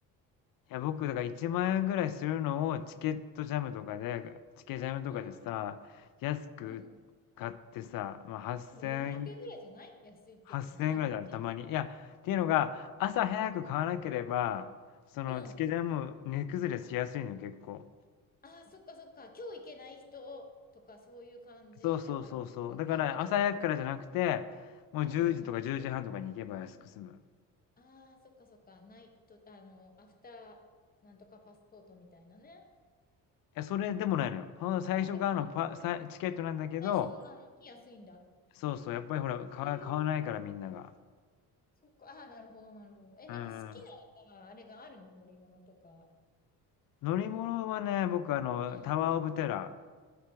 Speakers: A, on the left (about 65°); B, on the left (about 25°).
A: いや、僕、だから1万円ぐらいするのをチケットジャムとかで、チケジャムとかでさ、
B: あ、
A: 安く買ってさ、
B: うん。
A: まあ、8000円、
B: でも400円ぐらいじゃない安いって言っても。
A: 8000円ぐらいだよ、
B: ああ、ひゃ
A: たまに。いや、っていうのが、朝早く買わなければ、そのチケジャム値崩れしやすいのよ、
B: くえんうん。
A: 結構。
B: ああ、そっかそっか。今日行けない人とかそういう感じだから、
A: そうそうそうそう。
B: もう今日これ使ってね。
A: だから朝早くからじゃなくて、もう10時とか10時半とかに行けば安く済む。
B: うんああ、そっかそっか。ないと、あの、アフターなんとかパスポートみたいなね。
A: いや、それでもないのよ。ほんと最初買うのパ、
B: あ、でもないんだ。
A: さチケットなんだけど、
B: 最初のなのに安いんだ。
A: そうそう、やっぱりほら、買わ、
B: ええ
A: 買わないからみんなが。
B: そっか。ああ、なるほど、なるほど。え、なんか好き
A: うん
B: な、あれがあるの乗り物とか。
A: 乗り物はね、僕あの、
B: うん。
A: タワーオブテラ